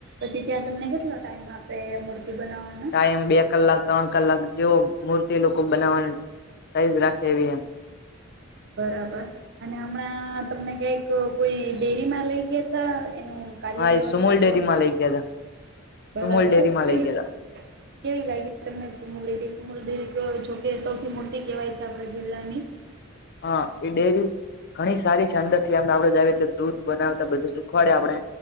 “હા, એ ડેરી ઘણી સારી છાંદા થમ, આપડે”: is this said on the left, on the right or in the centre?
Left